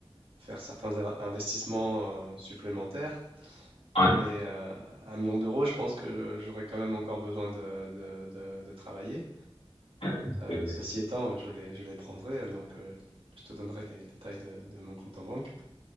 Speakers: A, on the right; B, on the left.
A: faire certains a- investissements euh, supplémentaires.
B: ouais,
A: Mais euh, un million d'euros, je pense que j'aurais quand même encore besoin de, de de- de travailler.
B: ouais,
A: Euh,
B: ouais,
A: ceci étant, je les, je les prendrai, hein, donc euh, je te donnerai les détails de, de mon compte en banque.